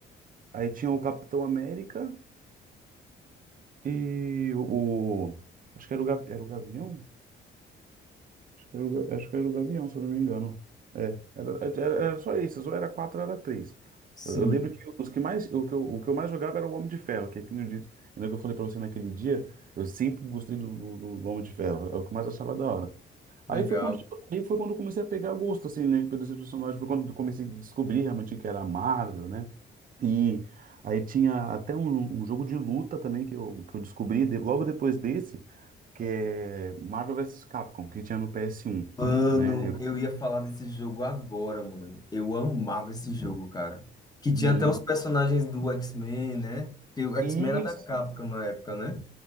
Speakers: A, on the right; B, on the left.
A: aí tinha o Capitão América e o, o- acho que era o, Ga- era o Gavião? Era o Ga- acho que era o Gavião, se eu não me engano. É, era, era- era só isso, ou era quatro, era três.
B: sim,
A: Eu, eu lembro que os que mais, o que eu, o que eu mais jogava era o Homem de Ferro, que aquele dia, lembra que eu falei pra você naquele dia, eu sempre gostei do, do, do Homem de Ferro, é o que eu mais achava da hora.
B: legal.
A: Aí foi quando, aí foi quando eu comecei a pegar gosto, assim, né, pelos esses personagens. Foi quando eu comecei a descobrir realmente que era a Marvel, né? E aí tinha até um, um jogo de luta também que eu, que eu descobri de- logo depois desse, que é Marvel versus Capcom, que tinha no PS1,
B: Mano,
A: né? Eu,
B: eu ia falar desse jogo agora, mano. Eu amava esse jogo, cara. Que
A: muito.
B: tinha até os personagens do X-Men, né? Que o X-Men
A: Isso,
B: era da Capcom na época, né?